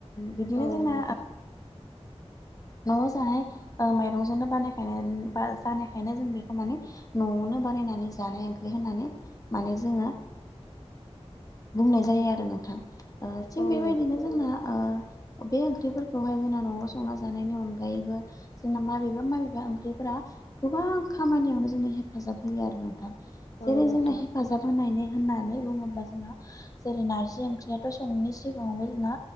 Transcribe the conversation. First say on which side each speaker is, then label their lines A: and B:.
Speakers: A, on the left (about 30°); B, on the left (about 65°).
A: बिदिनो
B: औ
A: जोंना
B: नोंथां
A: न'आव जाहाय माइरंजोंनो बानायखाय जानायखायनो जों बेखौ माने न'आवनो बानायनानै जानाय ओंख्रि होनानै माने जोङो। बुंनाय जायो आरो नोंथां। ओ थिग
B: औ नों
A: बेबायदिनो जोंना ओ बे ओंख्रिफोरखौहाय जोंना न'आव संना जानायनि अनगायैबो जोंना माबेबा माबेबा ओंख्रिफोरा गोबां खामानियावनो जोंनो हेफाजाब होयो आरो नोंथां जेरै
B: औ नोंथां
A: जोंना हेफाजाब होनायनि होननानै बुङोब्ला जोंना जेरै नारजि ओंख्रियाथ' सङैनि सिगाङावबो जोंना